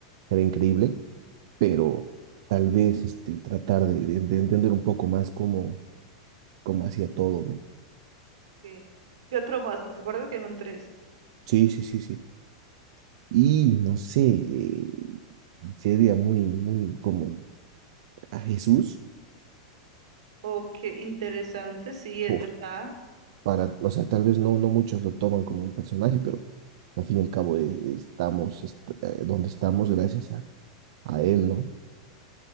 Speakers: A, on the right; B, on the right.
A: era increíble pero tal vez este, tratar de, de- de entender un poco más cómo, cómo hacía todo, ¿no?
B: que ¿Qué otro más? Porque recuerdo que son tres.
A: Sí, sí, sí, sí. Y no sé, eh, sería muy, muy como a Jesús,
B: Oh, qué interesante, sí, es
A: o
B: verdad.
A: para, o sea, tal vez no, no muchos lo toman como un personaje, pero al fin y al cabo eh, estamos est- eh, donde estamos gracias a, a Él, ¿no?